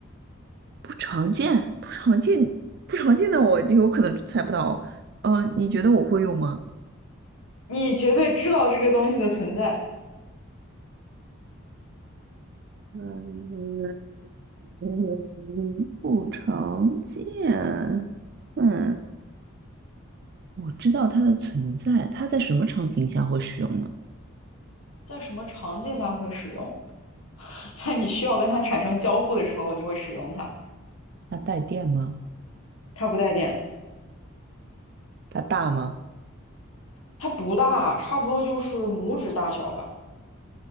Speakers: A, on the right (about 50°); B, on the left (about 85°).
A: 不常见，不常见，不常见的我就有可能猜不到。呃，你觉得我会用吗？
B: 你绝对知道这个东西的存在，
A: 嗯，嗯，不常见。嗯，我知道它的存在，它在什么场景下会使用呢？
B: 在什么场景下会使用？<laughs> 在你需要跟它产生交互的时候，你会使用它。
A: 它带电吗？
B: 它不带电。
A: 它大吗？
B: 它不大，差不多就是拇指大小吧，